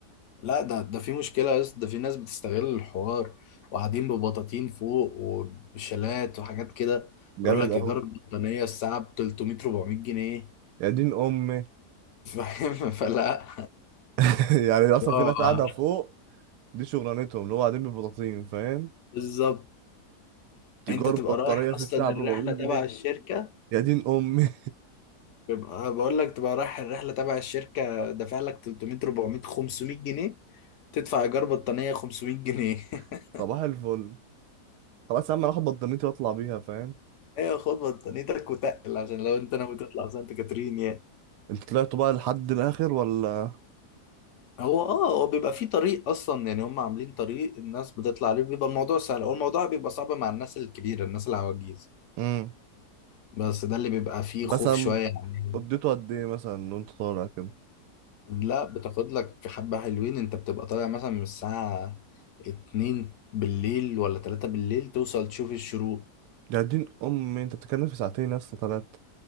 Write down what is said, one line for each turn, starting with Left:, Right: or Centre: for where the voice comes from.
Left: لا ده ده في مشكلة يا اسطى ده في ناس بتستغل الحوار وقاعدين ببطاطين فوق وبشلات وحاجات كده
Right: جامد
Left: يقول لك
Right: قوي
Left: إيجار البطانية الساعة ب 300 400 جنيه
Right: يا دين امي
Left: فاهم <laughs> فلا
Right: <laughs> يعني اصلا
Left: اه
Right: في ناس قاعده فوق دي شغلانتهم اللي هو قاعدين ببطاطين فاهم
Left: بالظبط
Right: تجار
Left: انت تبقى
Right: بطاريه
Left: رايح
Right: في
Left: اصلا
Right: الساعه
Left: الرحلة
Right: ب 400
Left: تبع
Right: جنيه
Left: الشركة
Right: يا دين امي
Left: تبقى بقول لك تبقى رايح الرحلة تبع الشركة دافع لك 300 400 500 جنيه تدفع إيجار بطانية 500 جنيه <laughs>
Right: <laughs> صباح الفل خلاص يا عم انا هاخد بطانيتي واطلع بيها فاهم
Left: ايوه خد بطانيتك وتقل عشان لو انت ناوي تطلع سانت كاترين
Right: انت طلعتوا بقى لحد الاخر ولا
Left: هو اه هو بيبقى فيه طريق اصلا يعني هم عاملين طريق الناس بتطلع عليه بيبقى الموضوع سهل هو الموضوع بيبقى صعب مع الناس الكبيره الناس العواجيز
Right: امم
Left: بس ده اللي بيبقى فيه
Right: مثلا
Left: خوف شويه يعني
Right: اديته قد ايه مثلا وانت طالع كده
Left: لا بتاخد لك حبه حلوين انت بتبقى طالع مثلا من الساعه 2 بالليل ولا 3 بالليل توصل تشوف الشروق
Right: يا دين امي انت بتتكلم في ساعتين يا اسطى ثلاثه